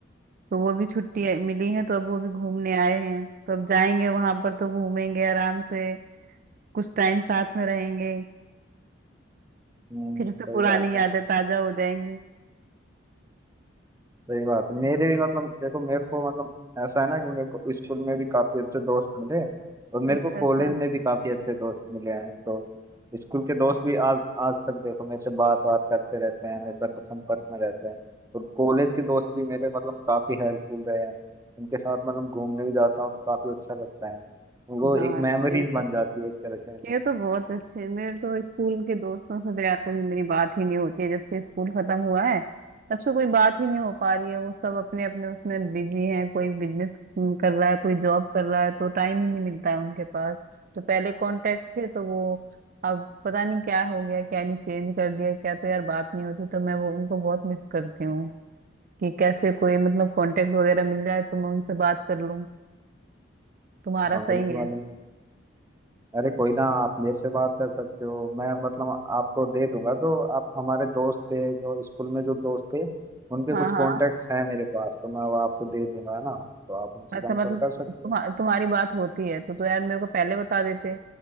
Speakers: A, on the right (about 45°); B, on the right (about 15°).
A: तो वो भी छुट्टी मिली है तो अब वो भी घूमने आए हैं तो अब जाएंगे वहां पर तो घूमेंगे आराम से कुछ टाइम साथ में रहेंगे
B: हम्म
A: फिर से पुरानी
B: सही बात
A: यादें
B: है
A: ताजा हो जाएंगी
B: सही बात है मेरे भी मतलब देखो मेरे को मतलब ऐसा है ना कि मेरे को स्कूल में भी काफी अच्छे दोस्त मिले और मेरे
A: अच्छा
B: को
A: अच्छा
B: कॉलेज में भी काफी अच्छे दोस्त मिले हैं तो स्कूल के दोस्त भी आज आज तक देखो मेरे से बात बात करते रहते हैं हमेशा संपर्क में रहते हैं और कॉलेज के दोस्त भी मेरे मतलब काफी हेल्पफुल रहे हैं उनके साथ मतलब घूमने भी जाता हूँ तो काफी अच्छा लगता है वो
A: हाँ
B: एक मेमोरीज
A: ये तो
B: बन जाती है एक तरह से मतलब
A: ये तो बहुत अच्छे मेरे तो स्कूल के दोस्तों से तो यार कभी मेरी बात ही नहीं होती है जब से स्कूल खत्म हुआ है तब से कोई बात ही नहीं हो पा रही है वो सब अपने अपने उसमें बिजी हैं कोई बिजनेस कर रहा है कोई जॉब कर रहा है तो टाइम ही नहीं मिलता है उनके पास जो पहले कांटेक्ट थे तो वो अब पता नहीं क्या हो गया क्या नहीं चेंज कर दिया क्या तो यार बात नहीं होती तो मैं वो उनको बहुत मिस करती हूँ कि कैसे कोई मतलब कांटेक्ट वगैरह मिल जाए तो मैं उनसे बात कर लूँ तुम्हारा
B: हाँ
A: सही
B: बिल्कुल
A: है
B: मतलब अरे कोई ना आप मेरे से बात कर सकते हो मैं मतलब आपको दे दूंगा जो आप हमारे दोस्त थे जो स्कूल में जो दोस्त थे उनके
A: हाँ
B: कुछ
A: हाँ
B: कॉन्टेक्ट्स हैं मेरे पास तो मैं वो आपको दे दूंगा है ना तो आप उनसे
A: अच्छा
B: संपर्क
A: मतलब
B: कर सकते
A: तुम्हा,
B: हो
A: तुम्हारी बात होती है तो तो यार मेरे को पहले बता देते